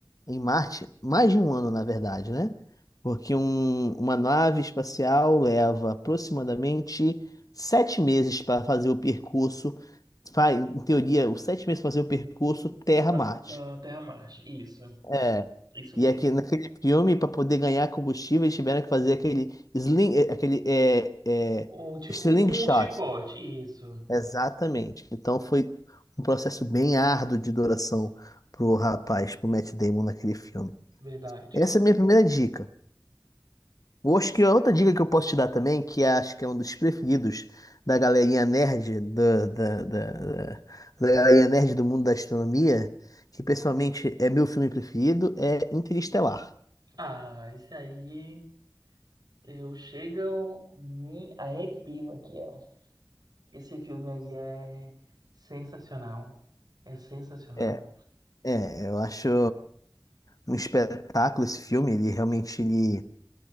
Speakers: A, on the left; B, on the right.
A: em Marte, mais de um ano, na verdade, né? Porque um- uma nave espacial leva aproximadamente sete meses para fazer o percurso, fa- em teoria, os sete meses para fazer o percurso Terra-Marte.
B: Da, da Terra-Marte, isso,
A: É.
B: isso mesmo.
A: E aqui, naquele filme, para poder ganhar combustível, eles tiveram que fazer aquele sling, eh, aquele é, é,
B: Ou tipo
A: slingshot.
B: um chicote, isso,
A: Exatamente. Então foi um processo bem árduo de duração pro rapaz, pro Matt Damon naquele filme.
B: verdade.
A: Essa é a minha primeira dica. Eu acho que a outra dica que eu posso te dar também, que acho que é um dos preferidos da galerinha nerd, da, da, da, da da galerinha nerd do mundo da astronomia, que pessoalmente é meu filme preferido, é Interestelar.
B: Ah, esse aí, eu chego, me arrepio aqui, ó. Esse filme aí é sensacional. É sensacional.
A: É, é, eu acho um espetáculo esse filme. Ele realmente, ele,